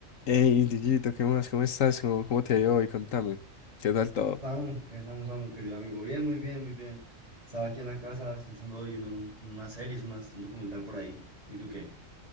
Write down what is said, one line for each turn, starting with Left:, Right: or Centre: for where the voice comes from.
Left: Hey, Dieguito, ¿qué más? ¿Cómo estás? ¿Cómo, cómo te ha ido hoy? Contame. ¿Qué tal todo?
Right: Samu, ¿qué dejamos, Samu, querido amigo? Bien, muy bien, muy bien. Estaba aquí en la casa descansando, hoy, viendo un- unas series, unas- un documental por ahí. ¿Y tú qué?